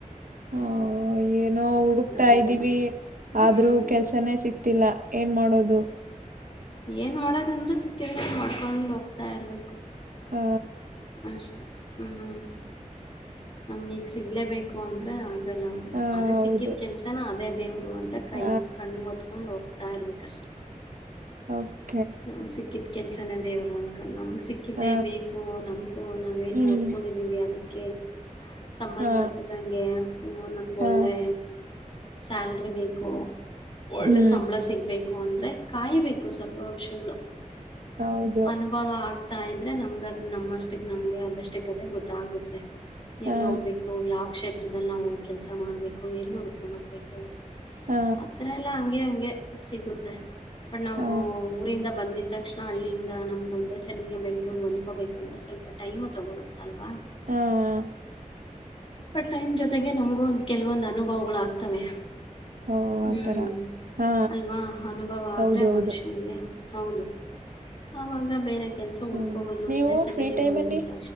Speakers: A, on the right; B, on the left.
A: ಹ ಏನೋ ಹುಡುಕ್ತಾ
B: ಸಿಗಲ್ಲ
A: ಇದ್ದೀವಿ
B: ಹ್ಞೂ
A: ಆದ್ರೂ ಕೆಲ್ಸನೇ ಸಿಕ್ತಿಲ್ಲ ಏನ್ ಮಾಡೋದು
B: ಏನ್ ಮಾಡೋದಂದ್ರೆ ಸಿಕ್ಕಿದ್ರ ಮಾಡ್ಕೊಂಡೊಂಡು ಹೋಗ್ತಾ ಇರ್ಬೇಕು
A: ಆ
B: ಅಷ್ಟೇ ಹ್ಮ್ ನಮ್ಗೆ ಈಗ ಸಿಗ್ಲೇಬೇಕು ಅಂದ್ರ ಆಗಲ್ಲ ಅದು
A: ಆ
B: ಅದೇ
A: ಹೌದು
B: ಸಿಕ್ಕಿದ ಕೆಲ್ಸನ ಅದೇ ದೇವ್ರು ಅಂತ ಕೈ
A: ಆ
B: ಕಣ್ಣು ಹೊತ್ಕೊಂಡು ಹೋಗ್ತಾ ಇರ್ಬೇಕಷ್ಟೆ
A: ಹೌ <unintelligible>
B: ನಮ್ಗ್ ಸಿಕ್ಕಿದ್ ಕೆನ್ಸನ ದೇವರು ಅನ್ಕೊಂಡ್ ಸಿಕ್ಕಿದ್ದೇ
A: ಆ
B: ಬೇಕು ನಮಕು ನಾವೇನು
A: ಹ್ಮ್
B: ಓದ್ಕೊಂಡಿದ್ದೀವಿ ಅದಕ್ಕೆ ಕೆ <unintelligible> ಸಂಬಂಧಪಟ್ಟಿದ್ದಂಗೆ
A: ಆ
B: ಹ್ಞ ನಮ್ಗೆ ಒಳ್ಳೆ
A: ಆ
B: ಸ್ಯಾಲ್ರಿ ಬೇಕು ಒಳ್ಳೆ
A: ಹ್ಮ್
B: ಸಂಬಳ ಸಿಗ್ಬೇಕು ಅಂದ್ರೆ ಕಾಯಿಬೇಕು ಸ್ವಲ್ಪ ವರ್ಷ <unintelligible> ಶುಗಳು
A: ಹೌದು
B: ಅನುಭವ <unintelligible> <unintelligible> ಹತಾ ಇದ್ದರೆ ನಮ್ಗೆ ಅದು ನಮ್ಮಷ್ಟಿಗೆ ನಮಗೆ ಅದಷ್ಟ ಕದ ಗೊತ್ತಾಗುತ್ತೆ ಎಲ್ಲಿ
A: ಆ
B: ಹೋಗ್ಬೇಕು ಯಾವ ಕ್ಷೇತ್ರದಲ್ಲಿ ನಾವು ಕೆಲಸ ಮಾಡಬೇಕು ಎಲ್ಲಿ ನುಡ್ಕೊಂಡು ಹೋಗ್ಬೇಕು
A: ಆ
B: ಅಥರ ಎಲ್ಲಾ ಅಂಗೆ ಅಂಗೆ ಸಿಗುತ್ತೆ ಬಟ್ ನಾವು
A: ಆ
B: ಊರಿಂದ ಬಂದಿದ್ದ ತಕ್ಷಣ ಹಳ್ಳಿಯಿಂದ ನಮ್ಗೆ ಒಂದೇ ಸಲಿಗೆ ಬೆಂಗ್ಳೂರ್ಗೆ ಹೊಂದ್ಕೋಬೇಕಂದ್ರೆ ಸ್ವಲ್ಪ ಟೈಮು ತೊಗೊಳುತ್ತಲ್ವ
A: ಹಾ ಹಾ
B: ಬಟ್ ಟೈಮ್ ಜೊತೆಗೆ ನಮ್ಗೂ ಒಂದ ಕೆಲವೊಂದ್ ಅನುಭವಗಳು ಆಗ್ತವೆ
A: ಓ ಆತರ
B: ಹ್ಮ್
A: ಹಾ
B: ಅಲ್ವಾ ಅನುಭವ
A: ಹೌದು
B: ಆದ್ರೆ
A: ಹೌದು
B: ಮನುಷ್ಯನಿಗೆ ಹೌದು ಅವಾಗ ಬೇರೆ <unintelligible> ಕೆಲಸ ಹುಡ್ಕೋಬಹುದು
A: ಹ್ಮ್ ನೀವು
B: ಒಂದೇ ಸಲಿನ
A: ಫ್ರೀ ಟೈಮ್
B: ಬಂದಿದ್ದ
A: ಅಲ್ಲಿ